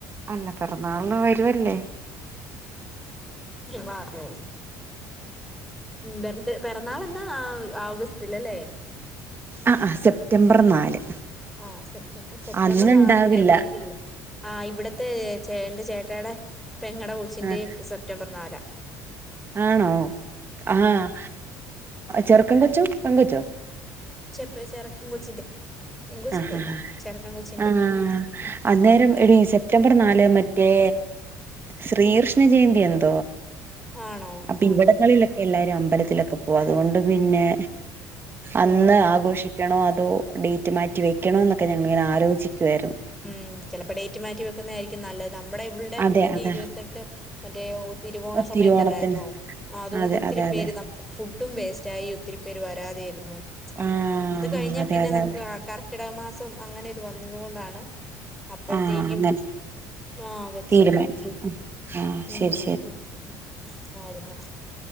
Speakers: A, on the right (about 30°); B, in the centre.
A: അല്ല പിറന്നാളിന് വരുവല്ലേ
B: മാ <unintelligible> ആ ഉ പിറന്നാൾ എന്നാ ഓഗസ്റ്റിൽ അല്ലേ
A: ആഹ് ആഹ് സെപ്റ്റംബർ നാല്
B: ആ സെപ്റ്റംബർ
A: അന്നുണ്ടാവില്ല
B: നാല് ഇവിട ഇവിടെ മ ചേ എന്റെ ചേട്ടയുടെ പെങ്ങുടെ പകൊച്ചിന്റെയും
A: ആ
B: സെപ്റ്റംബർ നാല
A: ആണോ ആഹ് ചെറുക്കം കൊച്ചോ പങ്കൊച്ചോ
B: ചെപ്പ ചറക്കൻ കൊച്ചിന്റെ പെങ്കൊച്ചിന്റെ
A: ആഹ്
B: അല്ല ചെറക്കൻ കൊച്ചിന്റെ
A: ആഹ് അന്നേരം
B: ഉം
A: എടി സെപ്റ്റംബർ നാല് മറ്റേ ശ്രീകൃഷ്ണ
B: ഉം
A: ജയന്തി എന്താ
B: ആണോ
A: അപ്പൊ
B: ആഹ്
A: ഇവിടങ്ങളിലൊക്കെ എല്ലാരും അ അമ്പലത്തിലൊക്കെ പോ അതുകൊണ്ട് പിന്നെ അന്ന്
B: ഓ
A: ആഘോഷിക്കണോ അതോ ഡ മാറ്റ മാറ്റിവെക്കണ എന്നൊക്കെഞങ്ങിങ്ങന ആലോചിക്കുായിരുന്നു
B: ഉം ചിലപ്പോ ഡേറ്റ് മാറ്റി വെക്കുന്നതായിരിക്കും നല്ലത് നമ്മുടെ ഇളടെ
A: അതെ
B: കുഞ്ഞിന്റെ
A: അതെ
B: ഇരുപത്തെട്ട് മറ്റേ തിരുവോണ സമയത്തല്ലായിരുന്നോ
A: തിരുവോണത്തിന്
B: അതൊണ്ട്
A: അതെ
B: ഒത്തിരി
A: അതെ അതെ
B: പേര് നമ്മക്ക് ഫുഡും വേസ്റ്റായി ഒത്തിരി പേര് വരാതെരുന്നു
A: ആഹ്
B: അത് കഴിഞ്ഞാ
A: അതെ
B: പിന്നെ
A: അതെ
B: നമുക്ക്
A: അതെ
B: കർക്കിടക മാസം അങ്ങനെ ഇത് വന്നത് കൊണ്ടാണ് അപ്പോഴത്തേക്കും
A: ആഹ് അങ്ങനെ
B: ആഹ് വെച്ചത്
A: തീരുമാനിച്ചു
B: അങ്ങായിരുന്നടാ
A: ആഹ് ശരി